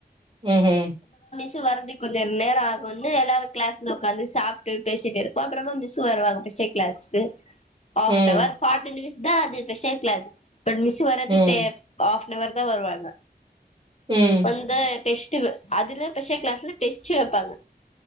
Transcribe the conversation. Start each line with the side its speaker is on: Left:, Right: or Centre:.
Right: ஊஹும்
Left: டுவரது கொஞ்சொ நேராகுன்னு எல்லாரு கிளாஸ்ல ஒக்காந்து சாப்ட்டு பேசிட்டிருப்போ அப்றமா மிஸ்ஸு வருவாங்க ஸ்பெஷல் கிளாஸ்க்கு ஆஃப்னவர்
Right: ம்
Left: ஃபாட்டி மினிட்ஸ் தான் அது ஸ்பெஷல் கிளாஸ் பட் மிஸ்சு வரது
Right: ம்
Left: ஆஃப்னவர் தான் வருவாங்க
Right: ம்
Left: வந்து டெஸ்ட் அதுல ஸ்பெஷல் கிளாஸ்ல டெஸ்ட் வைப்பாங்க